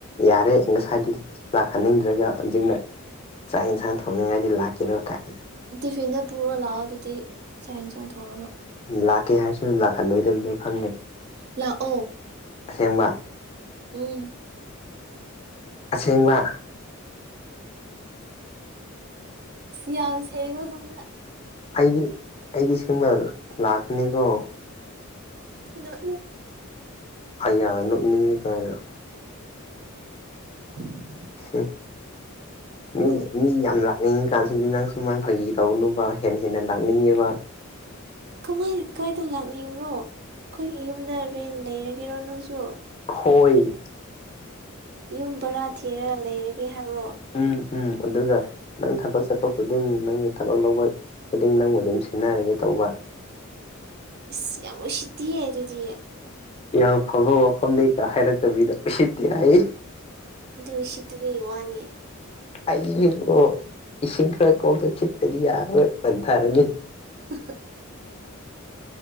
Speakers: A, on the left; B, on the right.
A: ꯌꯥꯔꯦ ꯉꯁꯥꯏꯗꯤ ꯂꯥꯛꯍꯟꯅꯤꯡꯗ꯭ꯔꯒꯅ ꯆꯥꯛ ꯌꯦꯟꯁꯥꯡ ꯊꯣꯡꯅꯤꯡꯉꯥꯏꯗꯤ ꯂꯥꯛꯈꯤꯔꯣ ꯀꯥꯏꯅ
B: ꯇꯤꯐꯤꯟꯅ ꯄꯨꯔꯣ ꯂꯥꯛꯑꯣ ꯑꯗꯨꯗꯤ ꯆ ꯆ ꯊꯧꯔꯒ
A: ꯂꯥꯛꯀꯦ ꯍꯥꯏꯁꯤ ꯂꯥꯛꯍꯟꯂꯣꯏꯗꯕꯗꯣ ꯈꯪꯉꯦ
B: ꯂꯥꯛꯑꯣ
A: ꯑꯁꯦꯡꯕ
B: ꯎꯝ
A: ꯑꯁꯦꯡꯕ
B: ꯌꯥꯝ ꯁꯦꯡꯕꯒꯨꯝꯅ
A: ꯑꯩꯗꯤ ꯑꯩꯗꯤ ꯁꯤꯒꯨꯝꯕ ꯂꯥꯛꯀꯅꯤꯀꯣ
B: ꯅ
A: ꯑꯌꯥ ꯅꯣꯛꯅꯤꯡꯉꯤ ꯀꯃꯥꯏꯅ
B: <unintelligible>
A: ꯎ ꯃꯤ ꯃꯤ ꯌꯥꯝ ꯂ ꯅꯥꯛꯅꯤꯡꯉ ꯀꯥꯟꯁꯤꯗꯗꯤ ꯅꯪ ꯁꯨꯃꯥꯏꯅ ꯐꯥꯒꯤ ꯇꯧꯅꯨꯕ ꯍꯦ ꯍꯦꯟꯅ ꯂꯥꯛꯅꯤꯡꯉꯦꯕ
B: ꯀꯃꯥꯏ ꯀꯥꯏꯗ ꯂꯥꯛꯅꯤꯡꯕ꯭ꯔꯣ ꯑꯩꯈꯣꯏꯒꯤ ꯌꯨꯝꯗ ꯔꯦꯟ ꯂꯩꯔꯒꯦꯔꯣ ꯅꯪꯁꯨ
A: ꯍꯣꯏ
B: ꯌꯨꯝ ꯕꯔꯥ ꯊꯤꯔꯒ ꯂꯩꯔꯒꯦ ꯍꯥꯏꯕ꯭ꯔꯣ
A: ꯎꯝ ꯎꯝ ꯑꯗꯨꯒ ꯅꯪ ꯊꯕꯛ ꯆꯠꯄ ꯈꯨꯗꯤꯡ ꯅꯪꯅ ꯊꯕꯛ ꯂꯧꯕ ꯈꯨꯗꯤꯡ ꯅꯪꯕꯨ ꯑꯗꯨꯝ ꯁꯤꯦꯟꯅꯔꯒꯦ ꯇꯧꯕ
B: ꯑꯁ ꯌꯥꯝ ꯎꯁꯤꯠꯇꯤꯌꯦ ꯑꯗꯨꯗꯤ
A: ꯌꯥꯝ ꯐꯕ ꯋꯥꯐꯝꯅꯤꯒ ꯍꯥꯏꯔꯛꯇꯕꯤꯗ ꯎꯁꯤꯠꯇꯦ ꯍꯥꯏ
B: ꯑꯗꯨꯗꯨ ꯁꯤ ꯇꯕꯤ ꯋꯥꯅꯤ
A: ꯑꯩꯁꯤꯕꯣ ꯏꯁꯤꯡ ꯈꯔ ꯀꯣꯛꯇ ꯈꯤꯠꯇꯗꯤ ꯌꯥꯔꯔꯣꯏ ꯄꯟꯊꯥꯔꯅꯤ
B: <unintelligible>